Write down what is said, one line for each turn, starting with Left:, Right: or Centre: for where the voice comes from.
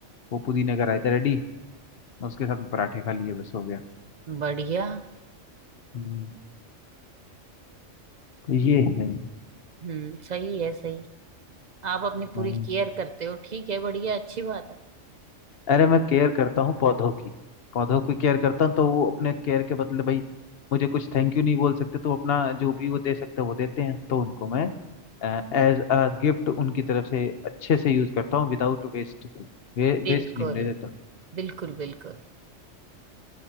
Left: वो पुदीने का रायता रेडी उसके साथ में पराठे खा लिए बस हो गया
Right: बढ़िया
Left: हम्म। तो ये है
Right: हम्म सही है सही आप अपनी पूरी
Left: हाँ,
Right: केयर करते हो ठीक है बढ़िया अच्छी बात है
Left: अरे मैं केयर करता हूँ पौधों की पौधों की केयर करता हूँ तो वो अपने केयर के बदले भाई मुझे कुछ थैंक यू नहीं बोल सकते तो अपना जो भी वो दे सकते हैं वो देते हैं तो उनको मैं एज अ गिफ्ट उनकी तरफ से अच्छे से यूज करता हूँ विदाउट वेस्ट वे,
Right: बिल्कुल
Left: वेस्ट नहीं होने देता
Right: बिल्कुल बिल्कुल